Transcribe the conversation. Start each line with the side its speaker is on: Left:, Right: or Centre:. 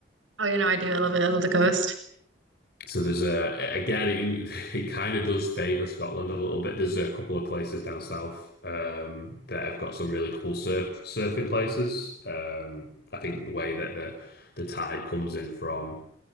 Right: Oh, you know, I do. I love it. I love the coast.
Left: So there's a again it, <laughs> it kind of does favor Scotland a little bit. There's a couple of places down south um, that have got some really cool surf surfing places. Um, I think the way that the the tide comes in from